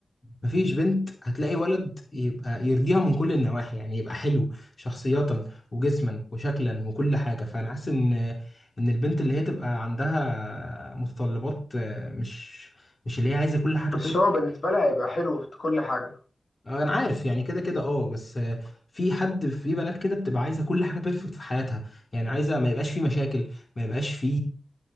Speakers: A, on the left (about 40°); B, on the left (about 60°).
A: مفيش بنت هتلاقي ولد يبقى يرضيها من كل النواحي يعني يبقى حلو شخصية وجسما وشكلا وكل حاجة فأنا حاسس إن إن البنت اللي هي تبقى عندها متطلبات آه، مش مش اللي هي عايزة كل حاجة
B: بس هو بالنسبة لها هيبقى حلو في كل حاجة
A: آه، انا عارف يعني كده كده اه بس آه، في حد في بنات كده بتبقى عايزه كل حاجه بيرفكت في حياتها يعني عايزه ما يبقاش في مشاكل ما يبقاش في